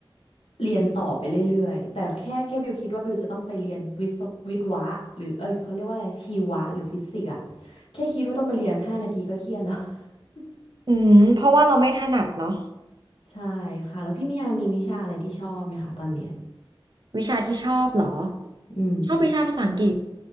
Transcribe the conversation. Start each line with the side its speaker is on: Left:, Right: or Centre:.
Left: เรียนต่อไปเรื่อยๆแต่แค่แค่บิวคิดว่าบิวจะต้องไปเรียนวิศววิศวะหรือเอ้ยเขาเรียกว่าอะไรชีวะหรือฟิสิกส์อะแค่คิดว่าต้องไปเรียนห้านาทีก็เครียดแล้ว <laughs>
Right: อืมเพราะว่าเราไม่ถนัดเนาะ
Left: ใช่ค่ะแล้วพี่มีอามีวิชาอะไรที่ชอบไหมคะตอนเรียน
Right: วิชาที่ชอบเหรอ
Left: อืม
Right: ชอบวิชาภาษาอังกฤษ